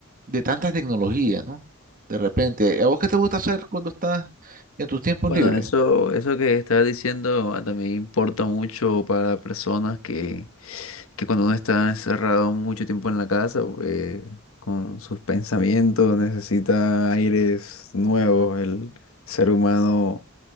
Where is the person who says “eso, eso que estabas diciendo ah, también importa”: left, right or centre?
Left